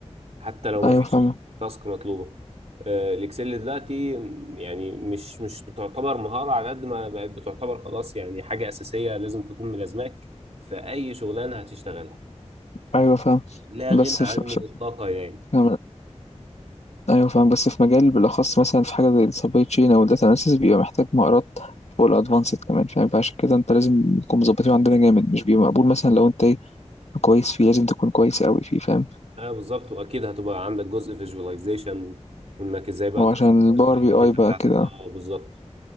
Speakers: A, on the right; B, on the left.
A: حتى لو ما
B: أيوه
A: فيش
B: فاهم
A: تاسك مطلوبة آه، الاكسل دلوقتي م، يعني مش مش بتعتبر مهارة على قد ما بقت بتعتبر خلاص يعني حاجة أساسية لازم تكون ملازماك في أي شغلانة هتشتغلها
B: أيوه فاهم
A: لا
B: بس
A: غنى عنه
B: ف...
A: إطلاقا يعني
B: ف... أيوه فاهم بس في مجال بالأخص مثلا في حاجة زي السبلاي تشين أو الداتا أناليسيس بيبقى محتاج مهارات فوق الأدفانسد كمان فاهم فعشان كده أنت لازم تكون مظبطين عندنا جامد مش بيبقى مقبول مثلا لو أنت إيه كويس فيه لازم تكون كويس أوي فيه فاهم
A: اه بالظبط واكيد هتبقى عندك جزء فيجواليزيشن وانك ازاي بقى
B: هو
A: تصل
B: عشان الباور
A: الداتا
B: بي أي بقى
A: بتاعتك
B: كده
A: اه بالظبط